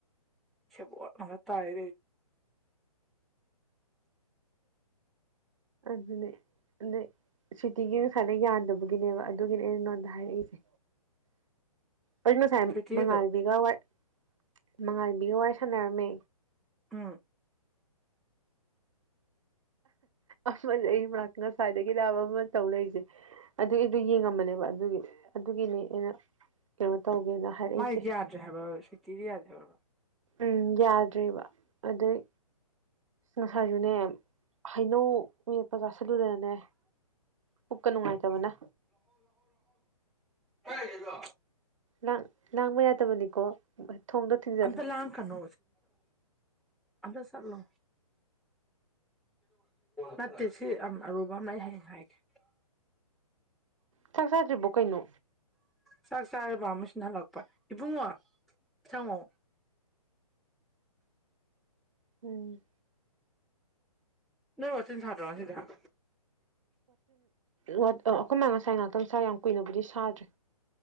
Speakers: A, in the centre; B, on the right (about 55°).
A: ꯁꯤꯕꯣꯔ ꯇꯥꯔ
B: ꯑꯗꯨꯅꯦ ꯑꯗ ꯁꯨꯇꯤꯒꯤ ꯉꯁꯥꯏꯗ ꯌꯥꯟꯗꯕꯒꯤꯅꯦꯕ ꯑꯗꯨꯒꯤꯅꯦ ꯑꯉꯣꯟꯗ ꯍꯥꯏꯔꯛꯏꯁꯦ ꯑꯩ ꯉꯁꯥꯏ
A: ꯁ꯭ꯋꯤꯇꯤꯗꯣ
B: ꯃꯉꯥꯜꯂꯩꯕꯤꯒ ꯋꯥꯔꯤ ꯃꯉꯥꯜꯂꯩꯕꯤꯒ ꯋꯥꯔꯤ ꯁꯟꯅꯔꯝꯃꯦ
A: ꯎꯝ
B: ꯑꯩ ꯃꯥꯅꯥꯛꯇ ꯉꯁꯥꯏꯗꯩꯅꯦ ꯍꯥꯏꯕ ꯑꯃ ꯇꯧ ꯂꯩꯔꯤꯁꯦ ꯑꯗꯨꯒꯤꯗꯨ ꯌꯦꯡꯉꯝꯕꯅꯦꯕ ꯑꯗꯨꯒꯤ ꯑꯗꯨꯒꯤꯅꯦ ꯑꯩꯅ ꯀꯩꯅꯣ ꯇꯧꯒꯦꯅ ꯍꯥꯏꯔꯛꯏꯁꯦ
A: ꯃꯥꯏꯗꯤ ꯌꯥꯗ꯭ꯔꯦ ꯍꯥꯏꯕ ꯁꯨꯇꯤꯗꯤ ꯌꯥꯗ꯭ꯔꯦ ꯍꯥꯏꯕ
B: ꯎꯝ ꯌꯥꯗ꯭ꯔꯦꯕ ꯑꯗꯩ ꯉꯁꯥꯏꯁꯨꯅꯦ ꯍꯩꯅꯧ ꯃꯦꯠꯄꯒ ꯆꯁꯤꯜꯂꯨꯗꯅꯦ ꯄꯨꯛꯀ ꯅꯨꯡꯉꯥꯏꯇꯕꯅ
A: ꯍꯔꯦꯗꯣ
B: ꯂꯥ ꯂꯥꯡꯕ ꯌꯥꯗꯕꯅꯤꯀꯣ ꯊꯣꯡꯗꯣ ꯊꯤꯡꯖꯤꯜꯂꯨ
A: ꯑꯝꯇꯥ ꯂꯥꯉꯛꯀꯅꯣ ꯑꯝꯇ ꯆꯠꯂꯣ ꯅꯠꯇꯦ ꯁꯤ ꯌꯥꯝ ꯑꯔꯨꯕ ꯑꯃꯅ ꯑꯩ ꯍꯌꯦꯡ ꯍꯥꯏꯒꯦ
B: ꯆꯥꯛ ꯆꯥꯗ꯭ꯔꯤꯕꯣ ꯀꯩꯅꯣ
A: ꯆꯥꯛ ꯆꯥ ꯇꯔꯦꯕ ꯃꯤꯁꯤꯅ ꯍꯜꯂꯛꯄ ꯏꯕꯨꯡꯉꯣ ꯁꯤꯉꯣ
B: ꯎꯝ
A: ꯅꯣꯏ ꯋꯥꯆꯤꯟ ꯁꯥ ꯇꯉꯁꯤꯔꯥ
B: ꯋꯤꯔꯇꯣ ꯑꯩꯈꯣꯏ ꯃꯥ ꯉꯥꯁꯥꯏ ꯀꯨꯏꯅꯕꯨꯗꯤ ꯁꯥꯗ꯭ꯔꯦ